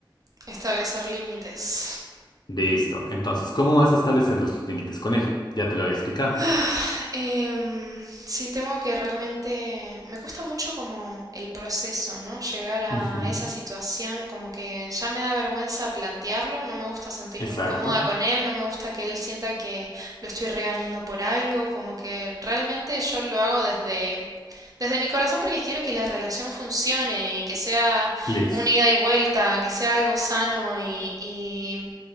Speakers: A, on the right (about 45°); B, on the left (about 55°).
A: Establecer límites.
B: Listo. Entonces, ¿cómo vas a establecer los límites con él? Ya te lo había explicado.
A: <sighs> Em, sí, tengo que realmente... Me cuesta mucho como el proceso, ¿no? Llegar a
B: Ujú,
A: esa situación, como que ya me da vergüenza plantearlo, no me gusta sentirme
B: Exacto.
A: incómoda con él, no me gusta que él sienta que lo estoy regañando por algo, como que realmente yo lo hago desde... Desde mi corazón porque quiero que la relación funcione y que sea
B: Listo.
A: una ida y vuelta, que sea algo sano y, y